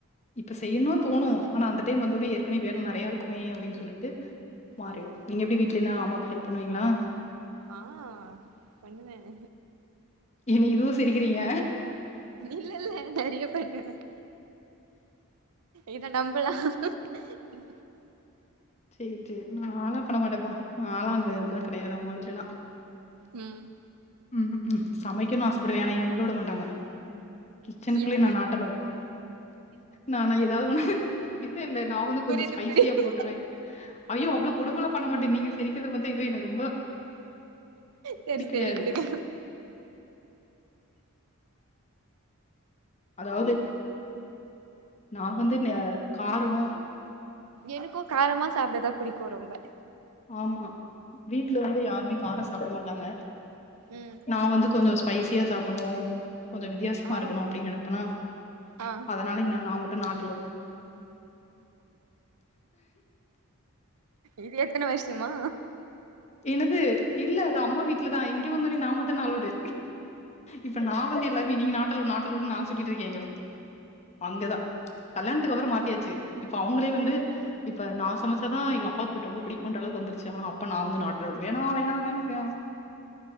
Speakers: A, on the left (about 30°); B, on the right (about 85°).
A: இப்ப செய்யணும் தோணும் ஆனா அந்த டைம் வந்த உடனே ஏற்கனவே வேலை நிறையா இருக்குமே அப்படின்னு சொல்லிட்டு மாறிடும்
B: ஆமா
A: நீங்க எப்படி வீட்டுல என்னா அம்மாக்கு ஹெல்ப் பண்ணுவீங்களா
B: ஆ பண்ணுவேன்
A: என்ன இதுவும் சிரிக்கிறீங்க
B: இல்ல இல்ல நிறைய பண்ணுவேன் இதான் நம்பலாம் ம்
A: சரி சரி நாளா பண்ண மாட்டேன்ப்பா நாளாம் அங்கே இதெலாம் கிடையாது அவங்க வீட்டலலாம்
B: ம்
A: ம் ம் சமைக்கணன்னனு ஆசைப்படுவேன் ஆனா என்ன உள்ளே விட மாட்டாங்க கிச்சனுக்குள்ளய
B: ஏ
A: நான் நாட் அலோடு நானான் ஏதாவது ஒண்ணு இல்ல இல்ல நான் வந்து கொஞ்சம்
B: புரியுது
A: ஸ்பைசியா
B: புரியுது
A: போட்டுறுவேன் ஐயோ அவ்வள கொடும்பல பண்ண மாட்டே மிஸ் <unintelligible> தெக்கிறது வந்து எதுவும் என
B: சரி
A: கிடையாது.
B: சரி விடுங்க
A: அதாவது நான் வந்து ந காரம்
B: எனக்கும் காரமா சாப்பிடதா புடிக்கும் ரொம்ப
A: ஆமா வீட்டுல வந்து யாருமே காரம் சாப்பிட மாட்டாங்க
B: ம்
A: நான் வந்து கொஞ்சொ ஸ்பைசியா சாப்பட்னு கொஞ்சொ வித்தியாசமா
B: ஆ
A: இருக்கணு அப்டி நெனப்பனா
B: ஆ
A: அதனால என்ன நா மட்டு நாட் அலோட்
B: இது எத்தன வர்ஷமா
A: என்னது இல்ல அது அம்மா வீட்லதா இங்க வந்தொனே நா மட்டுந் தா அளோடு இப்ப நா வந்து எல்லாமே நீங்க நாட்டலவ்டு நாட்டலவ்டுனு நா சொல்லிட்ருக்கே இங்கெ வந்து அங்கதா கல்யாணத்துக்கு அப்பறொ மாத்தியாச்சு இப்ப அவுங்களே வந்து
B: அப்டியா
A: இப்ப நா சமச்சா தா எங்க அப்பாக்கு ரொம்ப புடிக்குன்ற அளவுக்கு வந்துர்ச்சு ஆனா அப்ப நா வந்து நாட் அலோட் வேனா வேனா வேனா வேனா